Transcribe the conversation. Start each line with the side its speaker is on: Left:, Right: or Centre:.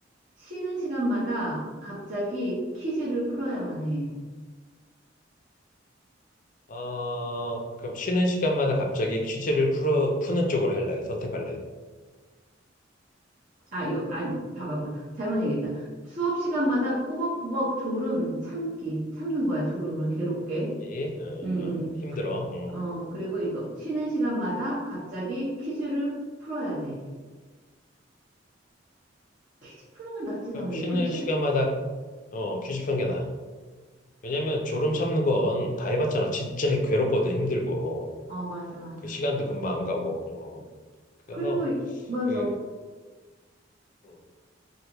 Right: 쉬는 시간마다 갑자기 퀴즈를
Left: 어.
Right: 풀어야만 해.
Left: 어, 그럼 쉬는 시간마다 갑자기 퀴즈를 풀어, 푸는 쪽으로 할래? 선택할래?
Right: 아, 이거, 아, 봐봐봐. 잘못 얘기했다. 수업 시간마다 꾸벅꾸벅 졸음 참기. 참는 거야, 졸음을 괴롭게.
Left: 예? 어,
Right: 음,
Left: 어, 힘들어. 응.
Right: 음. 어, 그리고 이거 쉬는 시간마다 갑자기 퀴즈를 풀어야 돼. 퀴즈 푸는 게 낫지,
Left: 그럼
Right: 당연히.
Left: 쉬는
Right: 그치?
Left: 시간마다 어, 퀴즈 푸는 게 나아. 왜냐면 졸음 참는 건 다 해봤잖아. 진짜 괴롭거든, 힘들고.
Right: 어, 맞아, 맞아.
Left: 그 시간도 금방 안 가고. 어. 그래서
Right: 그리고, 이- 맞아.
Left: 그 음,